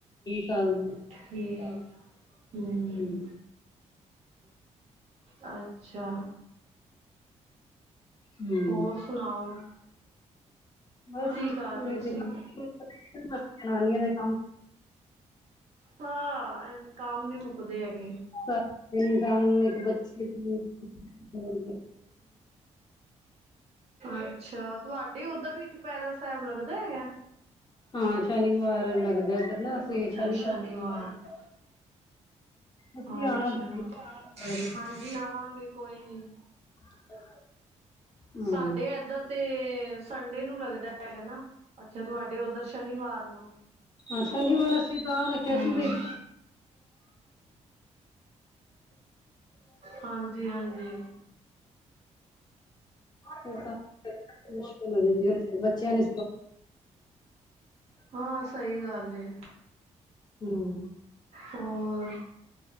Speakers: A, on the left (about 35°); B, on the right (about 55°).
A: ਸਾਲ <unintelligible>
B: ਠੀਕ ਹੂੰ
A: ਹਮ
B: ਅੱਛਾ,
A: ਹੂੰ
B: ਹੋਰ ਸੁਣਾਓ
A: ਬੱਸ,
B: ਕੀ
A: ਵਿਹਲੇ
B: ਕਰ ਰਹੇ ਸੀ
A: ਕੰਮ ਜ਼ਨਾਨੀਆਂ ਦੇ ਕੰਮ
B: ਹਾਂ, ਕੰਮ ਨਹੀਂ ਮੁੱਕਦੇ ਹੈਗੇ
A: ਸਾਰਾ ਦਿਨ ਕੰਮ
B: <unintelligible> <unintelligible>
A: ਇੱਕ ਬੱਚੇ ਦੀ ਫਿਰ
B: ਅੱਛਾ ਤੁਹਾਡੇ ਉੱਧਰ ਵੀ ਚੁਪੈਰਾ ਸਾਹਿਬ ਲੱਗਦਾ ਹੈਗਾ
A: ਹਾਂ ਸ਼ਨੀਵਾਰ ਲੱਗਦਾ ਇੱਧਰ ਨਾ ਅਸੀਂ
B: ਅੱਛਾ
A: ਸ਼ਨੀਵਾਰ
B: ਸ਼ਨੀਵਾਰ
A: ਅਸੀਂ
B: ਅੱਛਾ
A: ਆਣਾ ਸਾਰੇ
B: ਹਾਂਜੀ ਆਵਾਂਗੇ ਕੋਈ ਨੀ
A: <inaudible> ਹਾਂ
B: ਸਾਡੇ ਇੱਧਰ ਤੇ ਸੰਡੇ ਨੂੰ ਲੱਗਦਾ ਹੈਗਾ ਨਾ ਅੱਛਾ ਤੁਹਾਡੇ ਉੱਧਰ ਸ਼ਨੀਵਾਰ ਨੂੰ
A: ਅੱਛਾ ਨਹੀਂ ਵਾਰ ਅਸੀ ਤਾਂ
B: ਹਮ
A: ਬਈ
B: ਹਾਂਜੀ ਹਾਂਜੀ
A: ਫਿਰ ਬੱਚਿਆਂ ਨੇ
B: ਹਾਂ ਸਹੀ ਗੱਲ ਹੈ
A: ਹਮ
B: ਹੋਰ